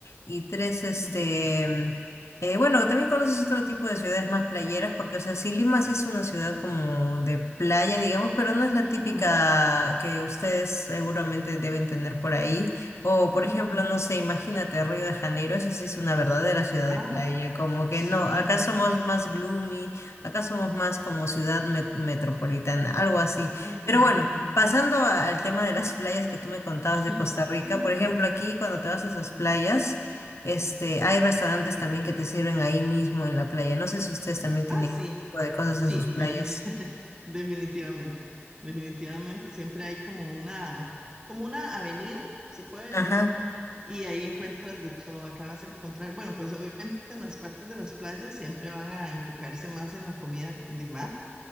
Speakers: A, on the left; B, on the right.
A: y tres, este...
B: Ujú,
A: eh, bueno, también conoces otro tipo de ciudades más playeras, porque, o sea, sí, Lima sí es una ciudad como de playa, digamos, pero no es la
B: ujú,
A: típica que ustedes seguramente deben tener por ahí. O, por
B: ujú.
A: ejemplo, no sé, imagínate Río de Janeiro, esa sí es una verdadera ciudad
B: Ah,
A: de playa, como que
B: sí.
A: no, acá somos más gloomy, acá somos más como ciudad met- metropolitana, algo así.
B: Ujú,
A: Pero bueno,
B: ujú.
A: pasando a- al tema de las playas que tú me contabas
B: <laughs>
A: de Costa Rica, por ejemplo, aquí cuando te vas a esas playas, este, hay restaurantes también que te sirven ahí mismo en la playa. No sé si ustedes también tienen
B: Ah, sí.
A: ese tipo de cosas
B: Sí,
A: en sus playas.
B: defi- <laughs> definitivamente, definitivamente. Siempre hay como una, como una avenida, se puede decir,
A: Ajá,
B: y ahí encuentras de todo. Acá vas a encontrar, bueno, pues obviamente en las partes de las playas siempre van a enfocarse más en la comida de mar,